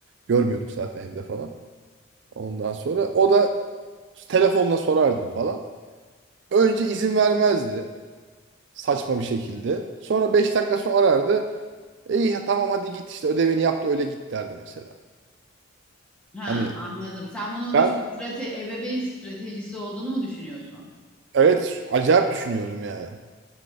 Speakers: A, on the right (about 60°); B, in the centre.
A: Görmüyorduk zaten evde falan. Ondan sonra o da telefonla sorardım falan. Önce izin vermezdi saçma bir şekilde. Sonra 5 dakika sonra arardı. İyi ya tamam hadi git işte ödevini yap da öyle git derdi mesela.
B: Ha,
A: Hani
B: anladım. Sen bunun
A: ben
B: bir strate, ebeveyn stratejisi olduğunu mu düşünüyorsun?
A: evet şu- acayip düşünüyorum yani.